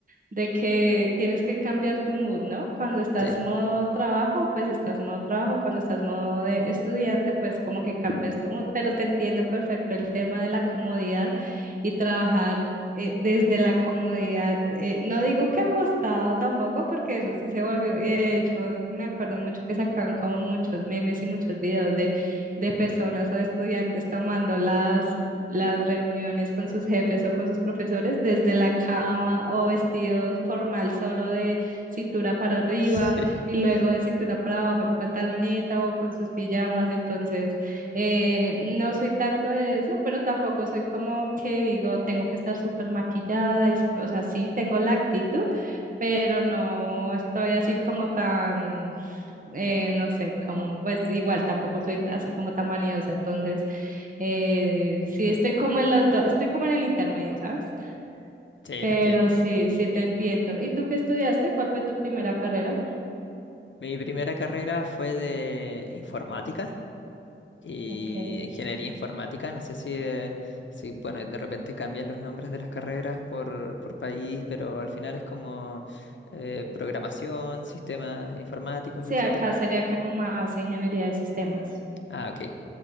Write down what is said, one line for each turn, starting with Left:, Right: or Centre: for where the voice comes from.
Right: de que tienes que cambiar tu mood, ¿no? Cuando estás
Left: Sí,
Right: modo trabajo, pues estás modo trabajo, cuando estás modo de estudiante, pues como que cambias tu mood, pero te entiendo perfecto el tema de la comodidad y trabajar eh, desde la comodidad. eh, no digo que acostado tampoco, porque eso sí se volvió, y de hecho me acuerdo mucho que sacaban como muchos memes y muchos videos de personas a estudiantes tomando las, las reuniones con sus jefes o con sus profesores desde la cama o vestidos formal solo de cintura para arriba
Left: <laughs> sí,
Right: y
Left: sí,
Right: luego de cintura para abajo en pantaloneta o con sus pijamas. Entonces, eh, no soy tanto de eso, pero tampoco soy como que digo, tengo que estar súper maquillada y, su- o sea, sí, tengo la actitud, pero no estoy así como tan eh, no sé, como, pues igual tampoco soy así como tan vanidosa, entonces eh, sí estoy como en los dos, estoy como en el intermedio, ¿sabes?
Left: te
Right: Pero
Left: entiendo.
Right: sí, sí te entiendo. ¿Y tú qué estudiaste? ¿Cuál fue tu primera carrera?
Left: Mi primera carrera fue de informática. Y
Right: Okay.
Left: ingeniería informática, no sé si, eh, si, bueno, de repente cambian los nombres de las carreras por, por país, pero al final es como eh, programación, sistemas informáticos,
Right: Sí,
Left: etcétera.
Right: acá sería como más ingeniería de sistemas.
Left: Ah, ok.